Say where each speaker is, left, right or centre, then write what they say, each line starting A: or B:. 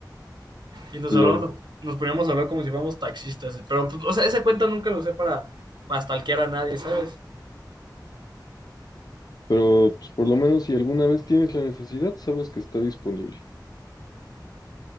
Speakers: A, on the right; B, on the left.
A: Y nos
B: lol.
A: hablamos, nos poníamos a hablar como si fuéramos taxistas. Pero, pues, o sea, esa cuenta nunca la usé para, para stalkear a nadie, ¿sabes?
B: Pero pues, por lo menos si alguna vez tienes la necesidad, sabes que está disponible.